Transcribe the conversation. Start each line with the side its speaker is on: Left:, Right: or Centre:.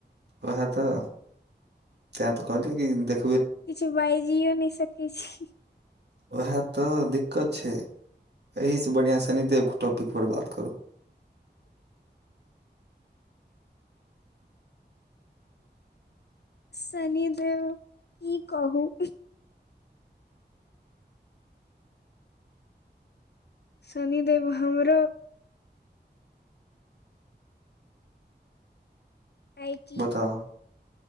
Right: ओह तऽ तै तऽ कहली कि देख
Left: किछु बाजियो नहि सकै छी
Right: उएह तऽ दिक्कत छै एहिसँ बढ़िआँ शनिदेवके टॉपिकपर बात करू
Left: शनिदेव की कहू शनिदेव हमरो आइ
Right: बताउ